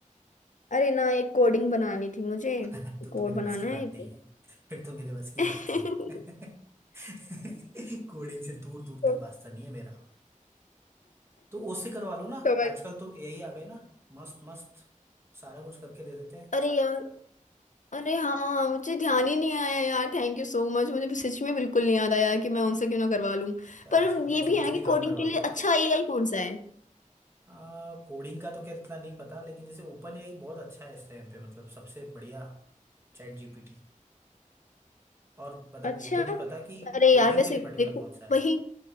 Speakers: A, on the left; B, on the right.
A: अरे ना एक कोडिंग बनानी थी मुझे
B: <laughs> तो
A: कोड
B: तो मेरे
A: बनाना
B: बस की बात
A: है एक
B: नहीं है फिर तो मेरे बस की
A: <laughs>
B: बात नहीं है <laughs> कोडिंग से दूर दूर
A: तो
B: तक वास्ता
A: <laughs>
B: नहीं है मेरा तो उससे करवा लो ना
A: तो मैं-
B: आजकल तो एआई आ गए ना मस्त मस्त सारा कुछ करके दे देते हैं
A: अरे यार अरे हाँ मुझे ध्यान ही नहीं आया यार थैंक यू सो मच मुझे सच में बिल्कुल नहीं याद आया कि मैं उनसे क्यों ना करवा लूं पर
B: आजकल
A: ये
B: तुमसे
A: भी है
B: कुछ
A: ना कि
B: भी काम
A: कोडिंग
B: करवा
A: के लिए
B: लो
A: अच्छा एआई कौन सा है
B: आ, कोडिंग का तो क्या इतना नहीं पता लेकिन जैसे ओपन एआई बहुत अच्छा है इस टाइम पे मतलब सबसे बढ़िया ChatGPT और मतलब
A: अच्छा
B: वो तो नहीं पता कि
A: अरे
B: कोडिंग
A: यार वैसे
B: के लिए पर्टिकुलर
A: देखो
B: कौन सा है
A: वही